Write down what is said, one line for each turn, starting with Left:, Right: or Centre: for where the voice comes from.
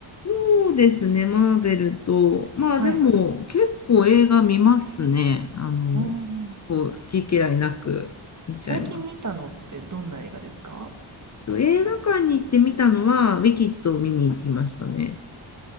Left: そうですね、マーベルと、まあでも結構映画見ますね、
Right: はい。
Left: あの、
Right: うんうん
Left: こう好き嫌いなく見ちゃいます。
Right: 最近見たのってどんな映画ですか
Left: と映画館に行って見たのは、ウィキッドを見に行きましたね。